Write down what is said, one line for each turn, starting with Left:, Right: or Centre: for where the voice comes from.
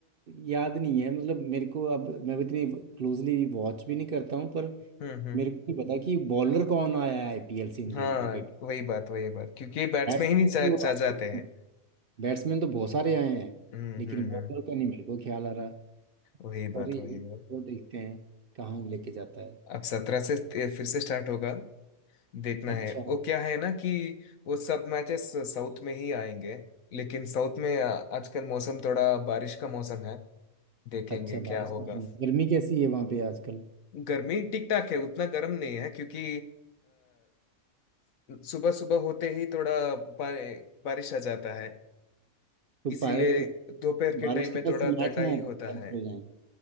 Right: याद नहीं है मतलब मेरे को अब मैं इतनी क्लोजली वॉच भी नहीं करता हूँ पर
Left: हम्म हम्म,
Right: मेरे को नहीं पता कि बॉलर कौन आया है आईपीएल से इंडियन
Left: हाँ
Right: क्रिकेट
Left: वही बात वही बात क्योंकि बैट्समैन
Right: बैट्समैन
Left: ही नहीं चा,
Right: तो
Left: चा
Right: आते
Left: जाते हैं
Right: हैं, बैट्समैन तो बहुत सारे आए हैं
Left: हम्म
Right: लेकिन
Left: हम्म
Right: बॉलर
Left: हम्म
Right: का नहीं मेरे को ख्याल आ रहा
Left: वही
Right: पर
Left: बात
Right: यही
Left: वही
Right: तो
Left: बात
Right: देखते हैं कहाँ लेके जाता है
Left: अब सत्रह से ते- फिर से स्टार्ट होगा देखना
Right: अच्छा
Left: है वो क्या है ना कि वो सब मैचेस साउथ में ही आएंगे लेकिन साउथ में आ- आजकल मौसम थोड़ा बारिश का मौसम है देखेंगे
Right: अच्छा
Left: क्या
Right: बारिश
Left: होगा
Right: का मौसम है। गर्मी कैसी है वहाँ पे आजकल
Left: गर्मी ठीक ठाक है उतना गर्म नहीं है क्योंकि सुबह सुबह होते ही थोड़ा बा- बारिश आ जाता है
Right: तो
Left: इसीलिए
Right: पा- उस-
Left: दोपहर के
Right: बारिश
Left: टाइम
Right: की
Left: में
Right: वजह
Left: थोड़ा
Right: से मैच
Left: ठंडा
Right: ना
Left: ही होता
Right: कैंसिल
Left: है
Right: हो जाए